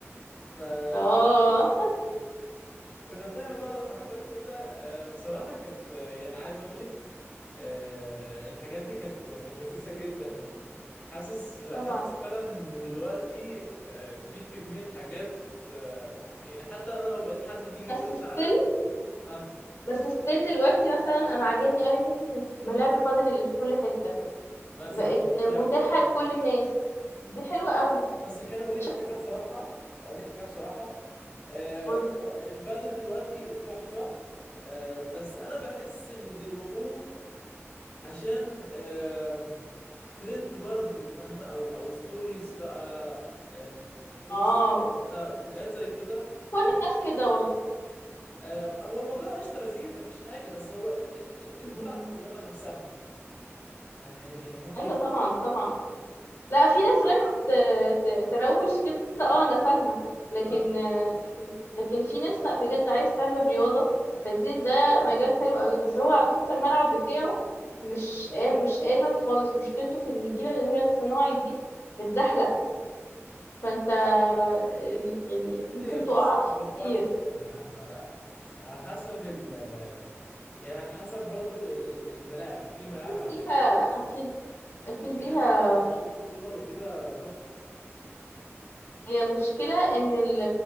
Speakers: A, on the left; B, on the left.
A: فكنا
B: اه
A: بنعمل بعض حركات كده آه، بصراحه كانت آه، يعني عايز اقول لك آه، الحاجات دي كانت كانت لذيذه جدا يعني حاسس حاسس
B: طبعا
A: فعلا ان دلوقتي آه، في كميه حاجات آه، يعني حتى انا لو لقيت حد بيجي
B: بس
A: يقول لي
B: ستيل
A: تعالى اه
B: بس ستيل دلوقتي مثلا انا عاجبني قوي فكره ملاعب البادل اللي في كل حته
A: مثلا
B: بقت متاحه
A: يا فكره
B: لكل الناس دي حلوه قوي
A: بس خليني اقول
B: بتشجع
A: لك حاجه بصراحه اقول لك حاجه بصراحه آه
B: كل-
A: هو البادل دلوقتي تحفه آه بس انا بحس اللي بيروحوه عشان آه ترند برضو فاهمه او او ستوريز بقى آم، بوست
B: اه
A: لسه حاجات زي كده
B: كل الناس كده
A: آه هو موضوع قشطه لذيذ مفيش حاجه بس هو ال- ال- ال- المتعه
B: والله
A: في الرياضه نفسها فاهماني يعني ممكن
B: ايوه
A: يبقى
B: طبعا طبعا لا في ناس رايحه ت- ت- تروش كده اه انا فاهمه لكن
A: اه
B: آه، لكن لكن في ناس لا بجد عايز تعمل رياضه فدي ده مجال حلو قوي بس هو على فكره الملعب بتاعه مش آ- مش امن خالص مشكلته في ان النجيله اللي هي الصناعي دي بتزحلق فانت آه، ال- يعني ممكن
A: هي بيست
B: تقع فيه
A: كواليتي
B: كتير
A: يعني على <laughs> على حسب ال يعني على حسب برضو ال- ال- الملاعب في ملاعب
B: أكيد
A: على
B: ليها
A: فكرة
B: اكيد اكيد
A: في
B: ليها
A: حاجات في القاهرة وفي اكتوبر وكده تحفة
B: هي مشكله ان ال